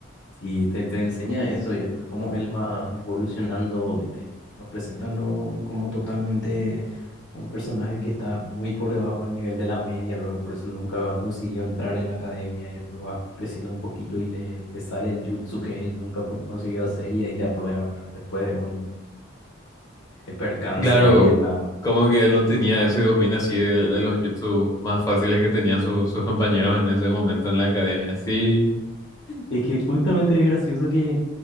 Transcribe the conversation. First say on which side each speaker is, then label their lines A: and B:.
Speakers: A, on the left; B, on the left.
A: Y te, te enseña eso y después cómo él va evolucionando, desde, nos presentan luego como totalmente un personaje que está muy por debajo del nivel de la media, luego por eso nunca va consiguió entrar en la academia y después va creciendo un poquito y le, le sale el jutsu que él nunca pu- consiguió hacer y ahí le aprueba, ¿verdad? Después de un eh, percance
B: Claro,
A: ahí en la
B: como que él no tenía ese dominio así de, de los YouTube más fáciles que tenían su- sus compañeros en ese momento en la academia. Sí,
A: Es que justamente es gracioso que